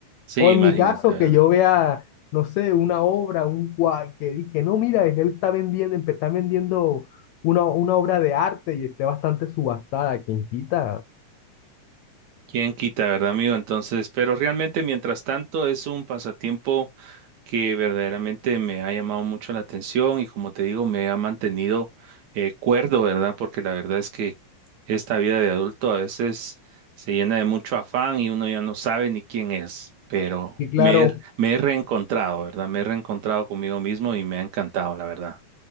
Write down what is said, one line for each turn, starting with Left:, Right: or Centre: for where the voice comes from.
Right: Sí,
Left: O
Right: imagínate,
Left: en mi caso,
Right: ¿verdad?
Left: que yo vea, no sé, una obra, un cua- que, di- que no, mira, es- él está vendiendo, empe- está vendiendo una, una obra de arte y esté bastante subastada, quien quita.
Right: ¿Quién quita, verdad, amigo? Entonces, pero realmente, mientras tanto, es un pasatiempo que verdaderamente me ha llamado mucho la atención y como te digo, me ha mantenido eh, cuerdo, ¿verdad? Porque la verdad es que esta vida de adulto a veces se llena de mucho afán y uno ya no sabe ni quién es, pero
Left: Y claro,
Right: me he, me he reencontrado, ¿verdad? Me he reencontrado conmigo mismo y me ha encantado, la verdad.